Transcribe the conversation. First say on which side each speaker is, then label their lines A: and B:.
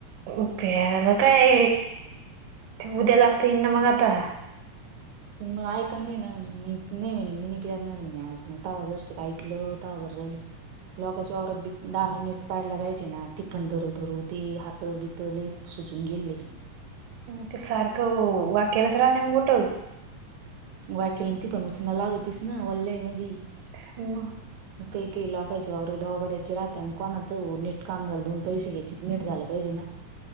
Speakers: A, on the right (about 70°); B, on the right (about 85°).
A: <unintelligible> काय ते उद्या जाता ईन ना मग आता.
B: म ऐक नाही ना नाही म्हणे मी नई पिरणारे म्हणे आज मग तावा जरशी का ऐकलं ता बर राहिली. लोकांच्या वावरात बी दाण नीट पाडला पाहिजे ना ति पण धरू धरू ते हात बित लईत सुजून गेले.
A: ते सारखं वा केलंच राहत म बोठ
B: वाकल ती पण उचना लागतीस ना वल्याई मधी
A: हवा <unintelligible>
B: काही काही लकायची वावर डवा बडाची राहते, आणि कोणा च नीटकाम झाल दोन पैसे घ्यायचे ति नीट झालं पाहिजे ना.